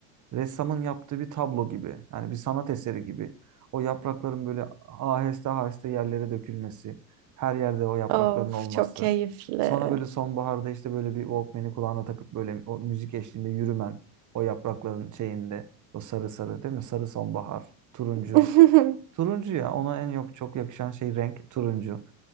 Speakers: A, on the right (about 35°); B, on the right (about 55°).
A: ressamın yaptığı bir tablo gibi. Yani bir sanat eseri gibi. O yaprakların böyle aheste aheste yerlere dökülmesi. Her yerde o yaprakların
B: Of
A: olması.
B: çok keyifli.
A: Sonra böyle sonbaharda işte böyle bir Walkman'i kulağına takıp böyle o müzik eşliğinde yürümen. O yaprakların şeyinde. O sarı sarı değil mi? Sarı sonbahar. Turuncu.
B: <laughs>
A: Turuncu ya ona en yok çok yakışan şey renk turuncu.